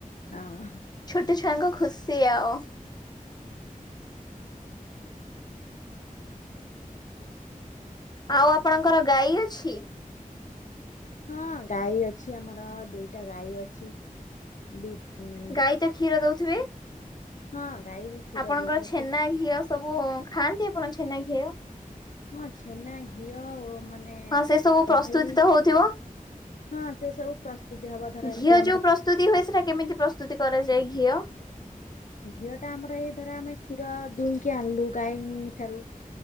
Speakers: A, on the left; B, on the left.
A: ହଁ।
B: ଛୋଟ ଛୁଆଙ୍କ ଖୁସି ଆଉ। ଆଉ ଆପଣଙ୍କର ଗାଈ ଅଛି?
A: ହଁ ଗାଈ ଅଛି ଆମର ଦୁଇଟା ଗାଈ ଅଛି। ବି ହଁ।
B: ଗାଈ ତ କ୍ଷୀର ଦୋଉଥିବେ,
A: ହଁ ଗାଈ ବି କ୍ଷୀର
B: ଆପଣଙ୍କର
A: ଦଉଛନ୍ତି।
B: ଛେନା ଘିଅ ସବୁ ଖାଆନ୍ତି ଆପଣ ଛେନା ଘିଅ?
A: ହଁ ଛେନା ଘିଅ ମାନେ ମାନେ
B: ହଁ ସେ ସବୁ
A: ଦହି
B: ପ୍ରସ୍ତୁତି ତ ହଉଥିବ।
A: ହଁ ସେ ସବୁ ପ୍ରସ୍ତୁତି ହବ ଧର
B: ଘିଅ
A: ଏମ୍ତି ଆମର
B: ଯୋଉ ପ୍ରସ୍ତୁତି ହୁଏ ସେଟା କେମିତି ପ୍ରସ୍ତୁତି କରାଯାଏ ଘିଅ?
A: ଘିଅ ଟା ଆମର ଏଇ ଧର ଆମେ କ୍ଷୀର ଦୁଇଁକି ଆଣିଲୁ ଗାଈ ଠାରୁ